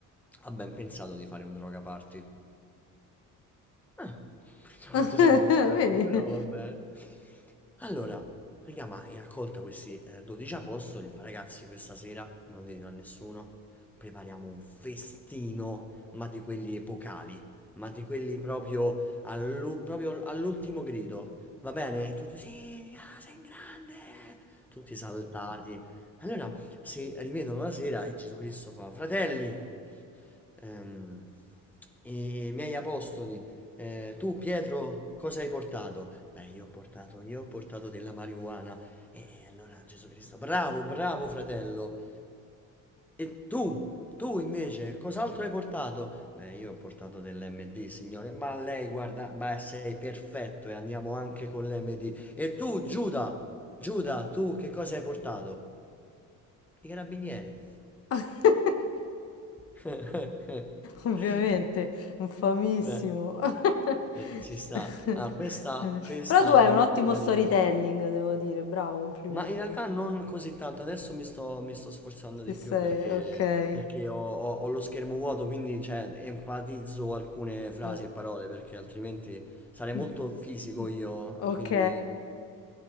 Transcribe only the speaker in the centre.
ha ben pensato di fare un droga party. Ah, questo quanto
sembra un spermo,
però va bene. Allora, raga, ma hai raccolta questi eh, 12 apostoli, fa, ragazzi, questa sera non dirlo a nessuno, prepariamo un festino, ma di quelli epocali, ma di quelli proprio, all'u- proprio all'ultimo grido, va bene? E tutti, sì, raga, sei grande, tutti saltati. Allora, si rivedono la sera e Gesù Cristo fa, fratelli, Ehm, I miei apostoli, eh, tu Pietro, cosa hai portato? Beh, io ho portato, io ho portato della marijuana. E, e allora Gesù Cristo, bravo, bravo fratello. E tu, tu invece, cos'altro hai portato? Beh, io ho portato dell'MD, signore. Ma lei, guarda, beh, sei perfetto e andiamo anche con l'MD. E tu, Giuda, Giuda, tu che cosa hai portato? I carabinieri.
<laughs>
Eh,
eh, ci sta. Ah, questa, questa
è
molto
carina.
Ma in realtà non così tanto, adesso mi sto, mi sto sforzando
di
più perché,
perché ho, ho- ho lo schermo vuoto, quindi cioè, enfatizzo alcune frasi
e parole perché altrimenti sarei
molto fisico
io,
quindi eh,